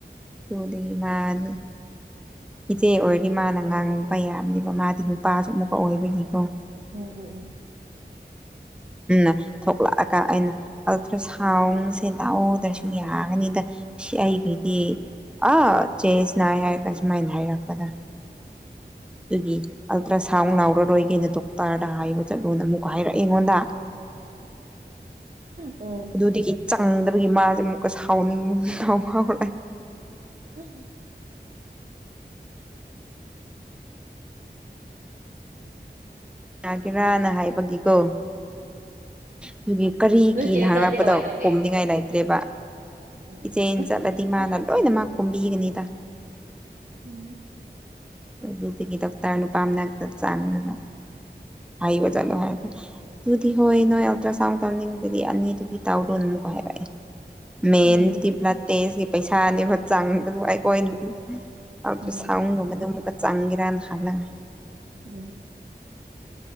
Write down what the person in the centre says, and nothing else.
ꯑꯗꯨꯕꯥ <unintelligible> ꯏꯆꯦ ꯑꯣꯏꯔꯗꯤ ꯃꯥꯅ ꯉꯥꯡꯕ ꯌꯥꯕꯅꯦꯕ ꯃꯥꯗꯤ ꯅꯨꯄꯥꯁꯨ ꯑꯃꯨꯛꯀ ꯑꯣꯏꯕꯒꯤꯀꯣ
ꯎ ꯊꯣꯛꯂꯛꯑꯒ ꯑꯩꯅ ꯑꯜꯇ꯭ꯔ ꯁꯥꯎꯟꯁꯦ ꯂꯥꯛꯎꯗ꯭ꯔꯁꯨ ꯌꯥꯒꯅꯤꯗ ꯁꯤ ꯑꯩꯒꯤꯗꯤ ꯑꯥ ꯆꯦꯟꯖ ꯅꯥꯏ ꯍꯥꯏꯔꯒ ꯁꯨꯃꯥꯏꯅ ꯍꯥꯏꯔꯛꯄꯗ ꯑꯗꯨꯒꯤ ꯑꯜꯇ꯭ꯔ ꯁꯥꯎꯟ ꯂꯥꯎꯔꯔꯣꯏꯒꯦꯅ ꯗꯣꯛꯇꯔꯗ ꯍꯥꯏꯕ ꯆꯠꯂꯣꯅ ꯑꯃꯨꯛꯀ ꯍꯥꯏꯔꯛꯑꯦ ꯑꯩꯉꯣꯟꯗ
ꯑꯗꯨꯗꯒꯤ ꯆꯪꯗꯕꯒꯤ ꯃꯥꯁꯦ ꯑꯃꯨꯛꯀ ꯁꯥꯎꯟ ꯍꯥꯎ ꯂꯥꯛ
ꯌꯥꯒꯦꯔꯅ ꯍꯥꯏꯕꯒꯤꯀꯣ ꯑꯗꯨꯒꯤ ꯀꯔꯤꯒꯤꯅ
ꯍꯥꯡꯅꯔꯛꯄꯗꯣ
ꯈꯣꯝꯅꯤꯡꯉꯥꯏ ꯂꯩꯇ꯭ꯔꯦꯕ
ꯏꯆꯦ ꯆꯠꯂ ꯢꯃꯥꯅ ꯂꯣꯏꯅ ꯃꯛ ꯈꯨꯝꯕꯤꯒꯅꯤꯗ
ꯑꯗꯨꯗꯒꯤ ꯗꯣꯛꯇꯔ ꯅꯨꯄꯥ ꯅꯥꯛꯇ ꯆꯥꯡꯉꯒ ꯍꯥꯢꯕ ꯆꯠꯂꯣ ꯍꯥꯢꯔꯒ ꯑꯗꯨꯗꯤ ꯍꯣꯏ ꯅꯣꯏ ꯑꯜꯇ꯭ꯔ ꯁꯥꯎꯟ ꯇꯧꯅꯤꯡꯕꯗꯤ ꯑꯅꯤꯗꯨꯗꯤ ꯇꯧꯔꯣꯅꯨꯀꯣ ꯍꯥꯏꯔꯛꯑꯦ ꯃꯦꯟꯗꯨꯗꯤ
ꯕ꯭ꯂꯗ ꯇꯦꯁꯀꯤ ꯄꯩꯁꯥꯅꯦ ꯆꯪꯕꯗꯨ ꯑꯩꯈꯣꯏꯅꯗꯤ ꯑꯥꯟꯇ꯭ꯔꯥ
ꯁꯥꯎꯒꯨꯝꯕꯗꯣ ꯑꯃꯨꯛ ꯆꯥꯡꯒꯤꯔꯅ ꯍꯥꯥꯟꯅ